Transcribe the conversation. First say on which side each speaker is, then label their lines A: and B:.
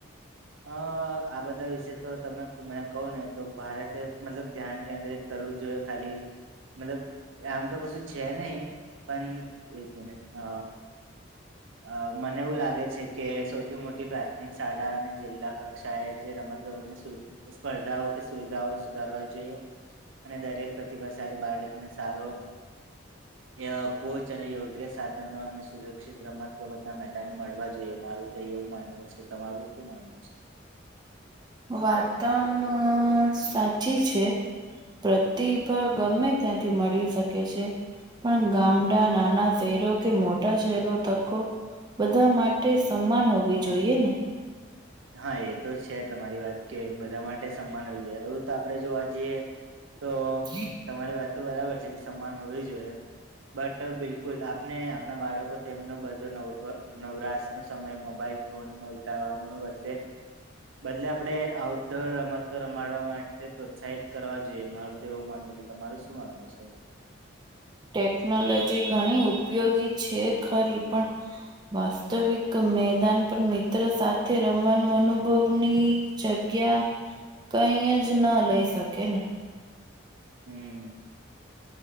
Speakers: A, on the right; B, on the right.
A: અ આ બધા વિશે તો તમે મેં કવ ને તો ભારતે મતલબ ધ્યાન કેન્દ્રિત કરવું જોઈએ ખાલી મતલબ આમ તો કશું છે નહી પણ એક મિનિટ અ અ મને એવું લાગે છે કે સૌથી મોટી પ્રાથમિક શાળા અને જિલ્લા કક્ષાએ જે રમતગમતની સ્પર્ધાઓ કે સુવિધાઓ સુધારવા જોઈએ અને દરેક પ્રતિભાશાળી બાળકને સારો એઅ કોચ અને યોગ્ય સાધનો અને સુરક્ષિત રમત-ગમતના મેદાન મળવા જોઈએ, મારું તો એવું માનવુ છે. તમારું શું માનવુ છે?
B: વાતમ સાચી છે. પ્રતિભા ગમે ત્યાંથી મળી શકે છે. પણ
A: હમ
B: ગામડા, નાના શહેરો કે મોટા ચહેરો તકો બધા માટે સમાન હોવી જોઈએ ને.
A: હા, એ તો છે તમારી વાત કે બધા માટે સમાન હોવી જોઈએ, એવું તો આપણે જોવા જઈએ તો
B: <inaudible>
A: તમારી વાત તો બરાબર કે સમાન હોવી જોઈએ બટ બિલકુલ આપને આપણા બાળકો તેમનો બધો નવ-નવરાશનો સમય મોબાઈલ <inaudible> બદલે બદલે આપડે આઉટડોર રમતો રમાડવા માટે પ્રોત્સાહિત કરવા જોઈએ. મારું તો એવું માનવુ છે, તમારે શું માનવું છે?
B: ટેકનોલોજી ઘણી ઉપયોગી છે ખરી પણ વાસ્તવિક મેદાન પર મિત્ર સાથે રમવાનું અનુભવની જગ્યા કઈ જ ન લઈ શકે ને!
A: હમ્મ.